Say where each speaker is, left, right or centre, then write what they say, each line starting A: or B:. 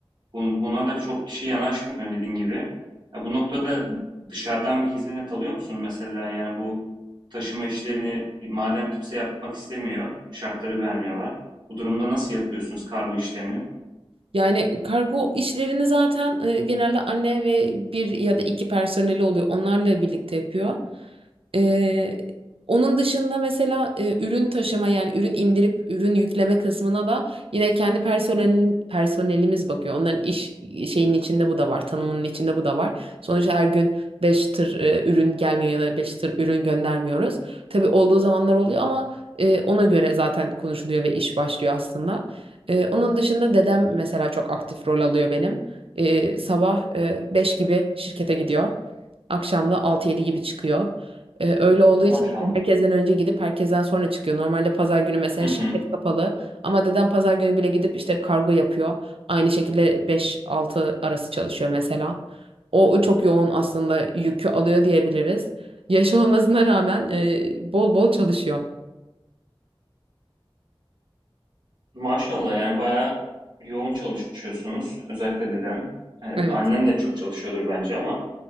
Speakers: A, on the right (about 50°); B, on the right (about 75°).
A: Buna da çok kişi yanaşmıyor dediğin gibi. Ya bu noktada dışarıdan bir hizmet alıyor musun mesela? Yani bu taşıma işlerini madem kimse yapmak istemiyor, şartları beğenmiyorlar. Bu durumda nasıl yapıyorsunuz kargo işlerini?
B: Yani kargo işlerini zaten e, genelde anne ve bir ya da iki personeli oluyor. Onlarla birlikte yapıyor. E, onun dışında mesela e, ürün taşıma yani ürün indirip ürün yükleme kısmına da yine kendi personel, personelimiz bakıyor. Onların iş şeyinin içinde bu da var, tanımının içinde bu da var. Sonuçta her gün 5 tır e, ürün gelmiyor ya da 5 tır ürün göndermiyoruz. Tabii olduğu zamanlar oluyor ama e, ona göre zaten konuşuluyor ve iş başlıyor aslında. Ee, onun dışında dedem mesela çok aktif rol alıyor benim. Ee, sabah e, 5 gibi şirkete gidiyor. Akşam da 6-7 gibi çıkıyor. Ee, öyle olduğu
A: Maşallah.
B: için yani herkesten önce gidip herkesten sonra çıkıyor. Normalde pazar günü mesela
A: Hı hı.
B: şirket kapalı ama dedem pazar günü bile gidip işte kargo yapıyor. Aynı şekilde beş altı arası çalışıyor mesela. O o çok yoğun aslında yükü alıyor diyebiliriz. Yaşı <laughs> olmasına rağmen e, bol bol çalışıyor.
A: Maşallah yani bayağı yoğun çalışıyorsunuz. Özellikle deden. Ee,
B: Evet.
A: annen de çok çalışıyordur bence ama